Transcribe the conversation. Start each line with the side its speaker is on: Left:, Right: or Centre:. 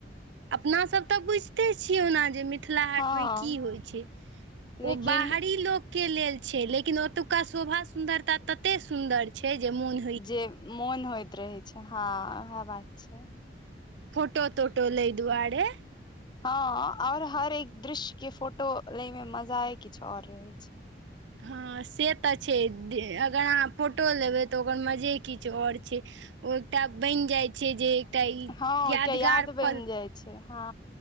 Right: अपना सब त बुझिते छियै ओना जे मिथ मिथिला हाट
Left: हँ
Right: मे की होइ छै ओ
Left: लेकिन
Right: बाहरी लोक के लेल छै लेकिन ओतुका शोभा सुंदरता तते सुन्दर छै जे मून
Left: जे मोन होइत रहै छै हँ उएह बात छै
Right: फोटो तोटो लै दुआरे
Left: हँ और हर एक दृश्य के फोटो लै में मजा ए किछु और रहै छै
Right: हँ से तऽ छै अगर अहाँ फोटो लेबै तऽ ओकर मजे किछु और छै ओ एकटा बैन जाइ छै जे ई
Left: हँ ओयके
Right: यादगार
Left: याद बनि
Right: पल
Left: जाय छै हँ